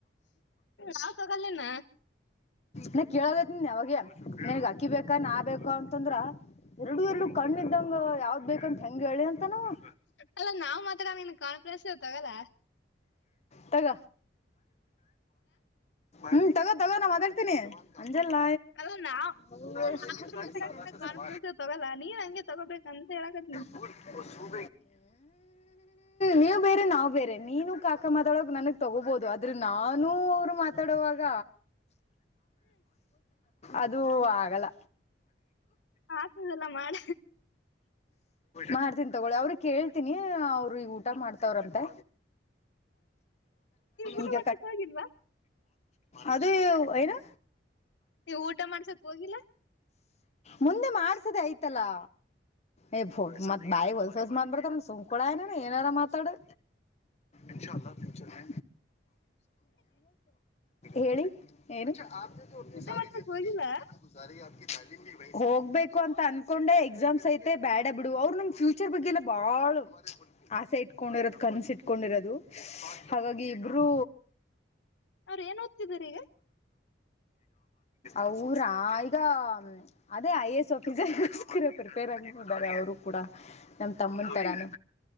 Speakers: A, on the left; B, on the left.
A: ನಾವ್ ತಗೊಲೆನಾ
B: ನಾ ಕೇಳಗತ್ತನ್ಿ ಅವಾಗೆ ನನ್ಗ್ ಅಕ್ಕಿ ಬೇಕಾ ನಾ ಬೇಕಾ ಅಂತಂದ್ರ ಎರಡು ಎರಡು ಕಣ್ಣ್ದಂಗ ಯಾವ್ದ್ ಬೇಕಂತ ಹೆಂಗ ಹೇಳಿ ಅಂತನಾ ಅವ
A: ಅಲ್ಲ ನಾವ್ ಮಾತ್ರಡನ್ ಕಾನ್ಪ್ರೆನ್ಸ ತಗೊಳ
B: ತಗ ಹೂ ತಗೋ ತಗೋ ನನ್ ಮಾತಾಡ್ತೀನಿ ಅಂಜಲ್ಲ
A: ಅಲ್ಲ ನಾವ್
B: ಹ ಬ
A: ಅಲ್ಲ ನಾವಿಬ್ರು ಮಾತಾಡಕ ಕಾನ್ಫರೆನ್ಸ್ ತಗಲ್ಲ ನೀವ್ ಹಂಗೆ ತಗೋಬೇಕಂತ ಹೇಳಕತ್ನಿ
B: ಹೂ ಹೂ ನೀವ್ ಬೇರೆ ನಾವ್ ಬೇರೆ ನೀನು ಕಾಕಾ ಮಾತಾಳ ನನಗ್ ತಗೋಬಹುದು ಆದ್ರೆ ನಾನು ಅವರು ಮಾತಾಡವಾಗ ಅದು ಆಗಲ್ಲ
A: ಆಗ್ತದಲ್ಲ ಮಾಡ
B: ಮಾಡ್ತೀನಿ ತಗೊಳಿ ಅವ್ರ ಕೇಳ್ತೀನಿ ಅವರು ಈಗ ಊಟ ಮಾಡ್ತವ್ರಂತೆ
A: ನೀವ್ ಊಟ
B: ಈಗ
A: ಮಾಡ್ಸಕ್ ಹೋಗಿಲ್ವಾ
B: ಅದು ಏನು
A: ನೀವ್ ಊಟ ಮಾಡ್ಸಕ್ ಹೋಗಿಲ್ಲ
B: ಮುಂದೆ ಮಾಡ್ಸದೆ ಆಯ್ತಲ್ಲಾ ಏ್ ಬೋತ್ ಬಾಯಿ ಹೊಲ್ಸಲ್ಸ ಮಾ್ಬ ಬಿರ್ತಾರಣ್ಣ ಸುಂಕೂಳ ಏನ್ಣ ಏನಾರ ಮಾತಾಡು ಇನ್ಶಾ ್ಯಚರ್ೇ ಹೇಳಿ ಏನು ಪ್
A: ಊಟ
B: ಸಾರಿ
A: ಮಾಡ್ಸಕ್
B: ಜಿಂದಿ
A: ಹೋಗಿಲ್ಲ
B: ಜೆ ಗುಾರಿ ಆಪ್ಿ ತಾಲಮ ಹೋಗ್ಬೇಕು ಅಂತ ಅನ್ಕೊಂಡೆ ಎಕ್ಸಾಮ್ಸ್ ಐತೆ ಬ್ಯಾಡ ಬಿಡು ಅವ್ರು ನಾಮ್ ಫ್ಯೂಚರ್ ಬಗ್ಗೆಲ್ಲ ಬಾಳ ಆಸೆ ಇಟ್ಕೊಂಡಿರೋದು ಕನಸು ಇಟ್ಕೊಂಡಿರೋದು ಹಾಗಾಗಿ ಇಬ್ಬರು
A: ಅವ್್ರ ಏನ್ ಓ್ಿದಾರ ಈಗ
B: ಅವ್ರ ಈಗ ಅದೇ ಐ ಎ ಎಸ್ ಆಫೀಸರ ಪ್ರಿಪೇರ್ ಆಗಿಬಾರೆ ಅವರು ಕೂಡ ನಮ್ ತಮ್ಮನ
A: ಹ್ಮ್
B: ತರಾನೇ